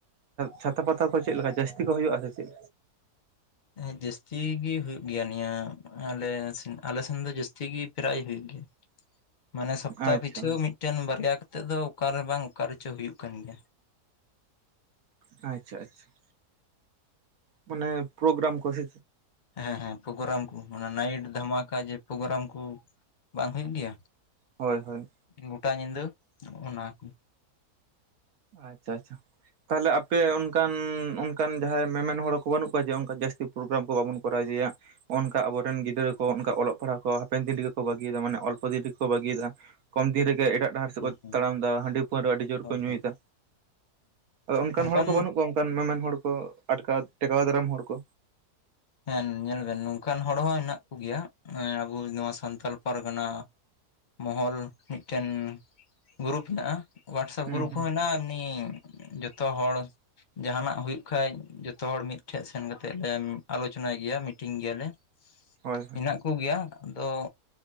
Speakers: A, on the right; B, on the left.
A: ᱪᱷᱟᱛᱟ ᱯᱟᱛᱟ ᱠᱚ ᱪᱮᱫ ᱞᱮᱠᱟ ᱡᱟᱹᱥᱛᱤ ᱠᱚ ᱦᱩᱭᱩᱜ-ᱟ ᱥᱮ ᱪᱮᱫ?
B: ᱦᱮᱸ ᱡᱟᱹᱥᱛᱤ ᱜᱮ ᱦᱩᱭᱩᱜ ᱜᱮᱭᱟ ᱱᱤᱭᱟᱹ ᱟᱞᱮᱥᱮᱱ, ᱟᱞᱮᱥᱮᱱ ᱫᱚ ᱡᱟᱹᱥᱛᱤ ᱜᱮ ᱯᱨᱟᱭ ᱦᱩᱭᱩᱜ ᱜᱮᱭᱟ᱾ ᱢᱟᱱᱮ ᱥᱚᱯᱛᱟᱦᱚ
A: ᱟᱪᱪᱷᱟ
B: ᱯᱤᱪᱷᱩ ᱢᱤᱫᱴᱮᱱ, ᱵᱟᱨᱭᱟ ᱠᱟᱛᱮ ᱫᱚ ᱚᱠᱟ ᱨᱮ ᱵᱟᱝ ᱚᱠᱟ ᱨᱮᱪᱚ ᱦᱩᱭᱩᱜ ᱠᱟᱱ ᱜᱮᱭᱟ᱾
A: ᱟᱪᱪᱷᱟᱻ ᱟᱪᱪᱷᱟ <inaudible> ᱢᱟᱱᱮ ᱯᱨᱳᱜᱨᱟᱢ ᱠᱚᱥᱮ
B: ᱦᱮᱸᱻᱦᱮᱸ ᱯᱨᱳᱜᱨᱟᱢ ᱠᱚ ᱚᱱᱟ ᱱᱟᱭᱤᱴ ᱫᱷᱟᱢᱟᱠᱟ ᱡᱮ <inaudible> ᱯᱨᱳᱜᱨᱟᱢ ᱠᱩ ᱵᱟᱝ ᱦᱩᱭᱩᱜ ᱜᱮᱭᱟ᱾
A: ᱦᱳᱭᱻ ᱦᱳᱭ
B: ᱜᱚᱴᱟ ᱧᱤᱫᱟᱹ <inaudible> ᱚᱱᱟ ᱠᱚ,
A: ᱟᱪᱪᱷᱟ ᱟᱪᱪᱷᱟ, ᱛᱟᱞᱦᱮ ᱟᱯᱮ ᱚᱱᱠᱟᱱ ᱚᱱᱠᱟᱱ ᱡᱟᱦᱟᱸᱭ ᱢᱮᱢᱮᱱ ᱦᱚᱲ ᱠᱚ ᱵᱟᱹᱱᱩᱜ ᱠᱚᱣᱟ, ᱡᱮ ᱚᱱᱠᱟ ᱡᱟᱹᱥᱛᱤ ᱯᱨᱳᱜᱨᱟᱢ ᱠᱚ ᱵᱟᱵᱚᱱ ᱠᱚᱨᱟᱣ ᱤᱫᱤᱭᱟ᱾ ᱚᱱᱠᱟ ᱟᱵᱚᱨᱮᱱ ᱜᱤᱫᱽᱨᱟᱹ ᱠᱚ, ᱚᱱᱠᱟ ᱚᱞᱚᱜ ᱯᱟᱲᱦᱟᱜ ᱠᱚ ᱦᱟᱯᱮᱱ ᱫᱤᱱ ᱨᱮᱜᱮ ᱠᱚ ᱵᱟᱹᱜᱤᱭᱮᱫᱟ ᱢᱟᱱᱮ ᱚᱞᱯᱚ ᱫᱤᱱ ᱨᱮᱜᱮ ᱠᱚ ᱵᱟᱹᱜᱤᱭᱮᱫᱟ, ᱠᱚᱢ ᱫᱤᱱ ᱨᱮᱜᱮ ᱮᱴᱟᱜ ᱰᱟᱦᱟᱨ ᱥᱮᱫ
B: ᱦᱩᱸ
A: ᱠᱚ
B: ᱦᱩᱸ ᱦᱳᱭ
A: ᱛᱟᱲᱟᱢ ᱮᱫᱟ, ᱦᱟᱺᱰᱤ ᱯᱟᱹᱣᱨᱟᱹ ᱟᱹᱰᱤ ᱡᱳᱨ
B: ᱦᱳᱭ
A: ᱠᱚ ᱧᱩᱭᱮᱫᱟ,
B: ᱦᱮᱸ
A: ᱟᱫᱚ ᱚᱱᱠᱟᱱ
B: ᱱᱚᱝᱠᱟᱱ
A: ᱦᱚᱲ ᱠᱚ ᱵᱟᱹᱱᱩᱜ ᱠᱚᱣᱟ, ᱚᱱᱠᱟᱱ ᱢᱮᱢᱮᱱ ᱦᱚᱲ ᱠᱚ ᱟᱴᱠᱟ ᱴᱮᱠᱟᱣ ᱫᱟᱨᱟᱢ ᱦᱚᱲ ᱠᱚ,
B: ᱦᱮᱸ ᱧᱮᱞ ᱵᱮᱱ ᱱᱚᱝᱠᱟᱱ ᱦᱚᱲ ᱦᱚᱸ ᱦᱮᱱᱟᱜ ᱠᱚᱜᱮᱭᱟ, ᱟᱵᱚ ᱱᱚᱣᱟ ᱥᱟᱱᱛᱟᱞ ᱯᱟᱨᱜᱟᱱᱟ, ᱢᱚᱦᱚᱞ ᱢᱤᱫᱴᱮᱱ ᱜᱩᱨᱩᱯ ᱦᱮᱱᱟᱜ-ᱟ, ᱦᱚᱳᱣᱟᱴᱥᱮᱯ
A: ᱦᱩᱸ
B: ᱜᱩᱨᱩᱯ
A: ᱦᱩᱸ
B: ᱦᱚᱸ ᱦᱮᱱᱟᱜ-ᱟ ᱮᱢᱱᱤ ᱡᱚᱛᱚ ᱦᱚᱲ ᱡᱟᱦᱟᱱᱟᱜ ᱦᱩᱭᱩᱜ ᱠᱷᱟᱡ ᱡᱚᱛᱚ ᱦᱚᱲ ᱢᱤᱫᱴᱷᱮᱡ ᱥᱮᱱ ᱠᱟᱛᱮᱜ ᱞᱮ, ᱟᱞᱳᱪᱚᱱᱟᱭ ᱜᱮᱭᱟ ᱢᱤᱴᱤᱝ ᱜᱮᱭᱟᱞᱮ
A: ᱦᱳᱭ ᱦᱳᱭ
B: ᱢᱮᱱᱟᱜ ᱠᱚᱜᱮᱭᱟ ᱟᱫᱚ